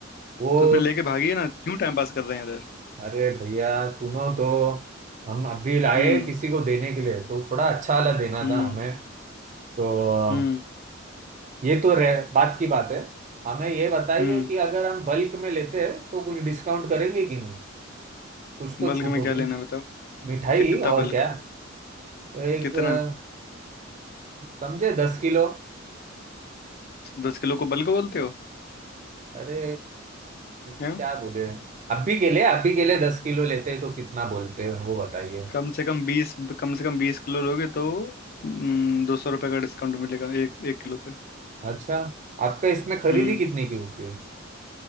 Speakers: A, on the right (about 35°); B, on the left (about 50°).
A: वो
B: तो फिर लेके भागिए ना क्यों टाइम पास कर रहे हैं इधर
A: अरे भैया सुनो तो हम अभी लाए
B: हम्म
A: किसी को देने के लिए तो थोड़ा अच्छा वाला देना
B: हम्म
A: था हमें तो
B: हम्म
A: ये तो रह, बात की बात है हमें ये बताइए
B: हम्म
A: कि अगर हम बल्क में लेते हैं तो कुछ डिस्काउंट करेंगे कि नहीं कुछ तो
B: बल्क
A: छूट
B: में
A: होगी
B: क्या लेना है बताओ
A: मिठाई
B: कितना
A: और
B: बल्क
A: क्या एक
B: कितना
A: अ, समझे दस किलो
B: दस किलो को बल्क बोलते हो
A: अरे क्या
B: हैं?
A: बोले अब भी के लिए अब भी के लिए दस किलो लेते तो कितना बोलते हो वो बताइए
B: कम से कम बीस कम से कम बीस किलो लोगे तो हम्म, दो सौ रुपये का डिस्काउंट मिलेगा एक एक किलो पे
A: अच्छा आपका इसमें खरीदी
B: हम्म
A: कितने की होती है